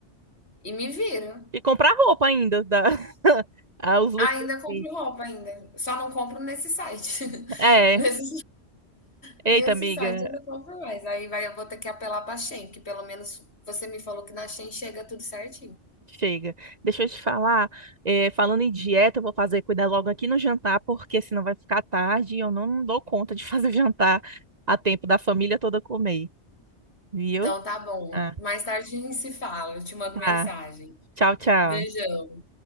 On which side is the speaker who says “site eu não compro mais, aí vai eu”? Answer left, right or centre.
Left